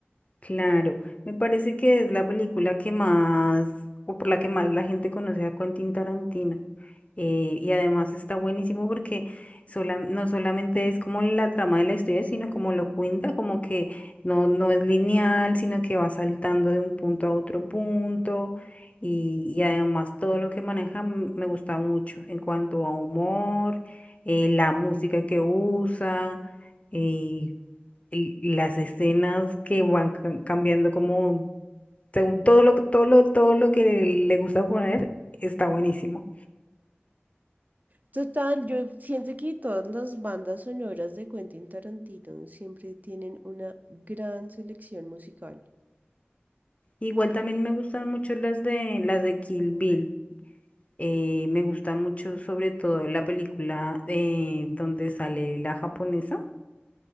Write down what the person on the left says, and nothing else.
Claro, me parece que es la película que más, o por la que más la gente conoce a Quentin Tarantino. Eh, y además está buenísimo porque sola- no solamente es como la trama de la historia, sino como lo cuenta, como que no, no es lineal, sino que va saltando de un punto a otro punto. Y, y además todo lo que maneja m- me gusta mucho en cuanto a humor, eh, la música que usa. eh, y y las escenas que van ca- cambiando como según todo lo que todo lo todo lo que le gusta poner está buenísimo.
Igual también me gustan mucho las de las de Kill Bill. Eh, me gusta mucho sobre todo la película eh, donde sale la japonesa.